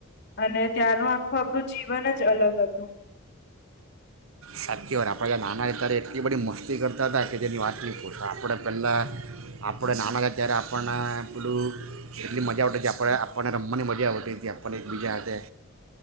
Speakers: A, on the left; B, on the right.
A: અને ત્યારનું આખું આપણું જીવન જ અલગ હતું.
B: સાચી વાત આપણેં નાના હતા ત્યારે એટલી બડી મસ્તી કરતા હતા કે જેની વાત નહી પૂછો આપડે પહેલા આપણે નાના હતા ત્યારે આપણને પેલું એટલી મજા આવતી આપણે આપણને રમવાની મજા આવતી હતી આપણને એકબીજા હાથે.